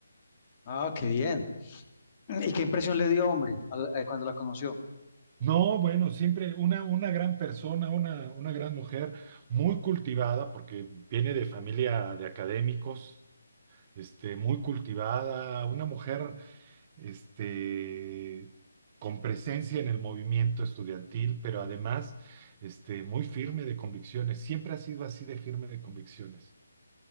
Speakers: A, on the left; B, on the right.
A: Ah, qué bien. ¿Y qué impresión le dio, hombre, al- eh, cuando la conoció?
B: No, bueno, siempre una, una gran persona, una, una gran mujer, muy cultivada, porque viene de familia de académicos, este, muy cultivada, una mujer, este, con presencia en el movimiento estudiantil, pero además, este, muy firme de convicciones. Siempre ha sido así de firme de convicciones.